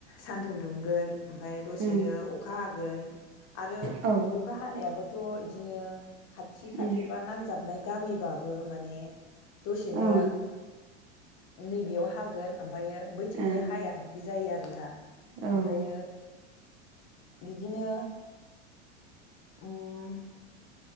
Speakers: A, on the left (about 45°); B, on the right (about 35°).
A: सान्दुं दुंगोन ओमफाय दसेनो
B: उम
A: अखा हागोन। आरो
B: औ
A: अखा हानायाबो थ' इदिनो खाथि खाथि
B: उम
A: बा नांजाबनाय गामिबाब बो माने दसेनो
B: ओं
A: नैबेयाव हागोन आम फायो बैथिंजाय
B: ओं
A: हाया बिदि जायो आ रोना
B: औ ओं
A: ओमफायो बिदिनो उम